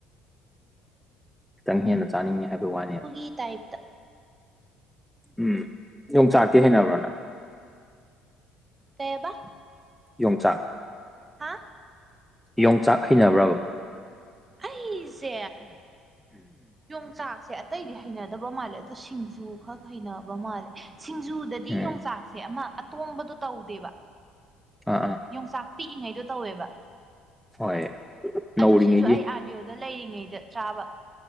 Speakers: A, in the centre; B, on the right.
A: ꯈꯤꯇꯪ ꯍꯦꯟꯅ ꯆꯥꯅꯤꯡꯉꯤ ꯍꯥꯏꯕ ꯋꯥꯅꯦꯕ
B: ꯏ ꯇꯥꯏꯞꯇ
A: ꯎꯝ ꯌꯣꯡꯆꯥꯛꯇꯤ ꯍꯩꯅꯕ꯭ꯔꯅ
B: ꯀꯩꯕ
A: ꯌꯣꯡꯆꯥꯛ
B: ꯍꯥ
A: ꯌꯣꯡꯆꯥꯛ ꯍꯩꯅꯕ꯭ꯔꯕ
B: ꯑꯩꯁꯦ ꯌꯣꯡꯆꯥꯛꯁꯦ ꯑꯇꯩꯗꯤ ꯍꯩꯅꯗꯕ ꯃꯥꯜꯂꯦ ꯑꯗ ꯁꯤꯡꯖꯨ ꯈꯛ ꯍꯩꯅꯕ ꯃꯥꯜꯂꯦ ꯁꯤꯡꯖꯨ ꯗꯗꯤ
A: ꯎꯝ
B: ꯌꯣꯡꯆꯥꯛꯁꯦ ꯑꯃ ꯑꯇꯣꯡꯕꯗꯨꯣ ꯇꯧꯗꯦꯕ
A: ꯑ ꯑ
B: ꯌꯣꯡꯆꯥꯛ ꯄꯤꯛꯏꯉꯩꯗꯣ ꯇꯧꯋꯦꯕ
A: ꯍꯣꯏ ꯅꯧꯔꯤꯉꯩꯒꯤ
B: ꯑꯗꯨ ꯁꯤꯁꯨ ꯑꯩ ꯑꯥ ꯑꯥꯗꯤꯑꯣꯗ ꯂꯩꯔꯤꯉꯩꯗ ꯆꯥꯕ